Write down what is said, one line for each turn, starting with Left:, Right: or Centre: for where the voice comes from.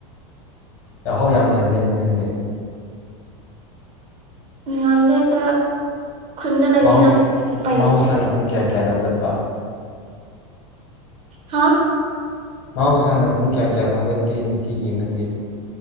Left: ꯌꯥꯍꯧ ꯌꯥꯝ ꯉꯜꯂꯦꯅꯦ ꯅꯪꯗꯤ
Right: ꯉꯥꯜꯂꯦ ꯈꯔ ꯈꯨꯟꯗ ꯂꯩꯅꯤꯅ
Left: ꯃꯍꯧꯁ
Right: ꯎꯄꯥꯏ
Left: ꯃꯍꯧꯁꯥꯅ
Right: ꯂꯩꯇꯦ
Left: ꯄꯨꯡ ꯀꯌꯥ ꯀꯌꯥꯗ ꯍꯧꯒꯠꯄ
Right: ꯍꯥ
Left: ꯃꯍꯧꯁꯥꯅ ꯄꯨꯡ ꯀꯌꯥ ꯀꯌꯥꯗꯣ ꯍꯧꯒꯠꯀꯦ ꯅꯤꯡꯇꯤꯒꯤ ꯅꯪ